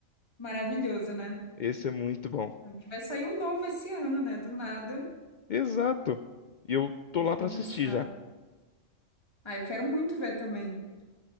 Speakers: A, on the left; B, on the left.
A: Maravilhoso, né?
B: Esse é muito bom.
A: É, Que vai sair um novo esse ano, né? Do nada.
B: Exato. E eu tô
A: de
B: lá pra
A: lançar.
B: assistir já.
A: Ah, eu quero muito ver também.